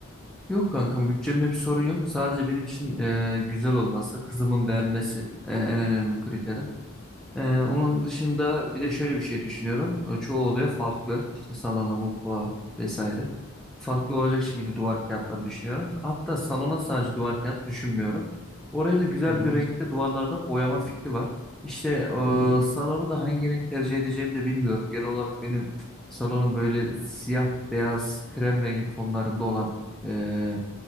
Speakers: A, in the centre; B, on the right.
A: Yok kankam bütçemde bir sorun yok. Sadece benim için e, güzel olması, kızımın beğenmesi e, en önemli kriterim. Ee, onun dışında bir de şöyle bir şey düşünüyorum. Ee, çoğu odaya farklı. işte salona, mutfağa vesaire. Farklı olacak şekilde duvar kağıtları düşünüyorum. Hatta salona sadece duvar kağıt düşünmüyorum. Oraya da güzel
B: Hı hı,
A: bir renkte duvarlarına boyama fikri var. İşte
B: hı hı.
A: e, salonu da hangi renk tercih edeceğimi de bilmiyorum. Genel olarak benim salonum böyle siyah, beyaz, krem rengi tonlarında olan e,